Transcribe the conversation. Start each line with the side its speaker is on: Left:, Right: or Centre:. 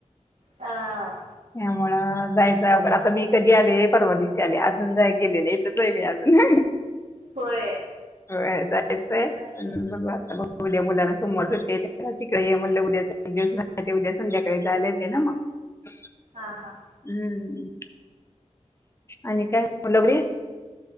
Right: हा
Left: यामु जायचय अवघड आता मी कधी आले परवा दिशी आले अजून जाय गेलेले इथचई मी अजून
Right: होय
Left: हो जायचंय
Right: बरे
Left: आता ब उद्या मुलांना सोमवार सुटते त्या तिकडे म्हणलं उद्या दि उद्या संध्याकाळी झालं ते ना मग ह
Right: हा हा
Left: हम्म आणि काय लगड